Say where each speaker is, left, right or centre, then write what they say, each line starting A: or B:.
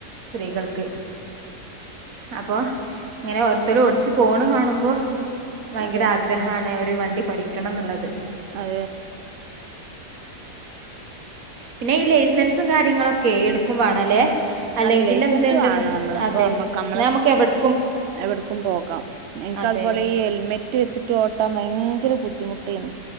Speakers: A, on the right (about 60°); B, on the right (about 75°).
A: സ്ത്രീകൾക്ക് അപ്പൊ ഇങ്ങനെ ഓര്ത്തരും ഓടിച്ചു കാണുമ്പോ ഭയങ്കര
B: അതെ
A: ആഗ്രഹമാണ് ഒരു വണ്ടി പഠിക്കണം ന്നുള്ളത്
B: ഏ
A: പിന്നെ ഈ ലൈസൻസ് <unintelligible> കാര്യങ്ങളൊക്കെ എടുക്കും വേണല്ലെ അല്ലെങ്കില്
B: അതെ ലൈസൻസ്
A: എന്ത് കണ്ട്ന്നാ
B: വേണം നമ്മളിപ്പോ
A: അതെ
B: നമ്മക്ക് നമ്മളെ
A: ഇന്നാ നമ്മക്ക് എവട്
B: എവിടക്കും പോകാം എൻക്ക്
A: അതെ
B: അതുപോലെ ഈ ഹെൽമെറ്റ് ട്ടി വെച്ചിട്ട് ഓട്ടാൻ ഭയങ്കര ബുദ്ധിമുട്ടേയിന്നു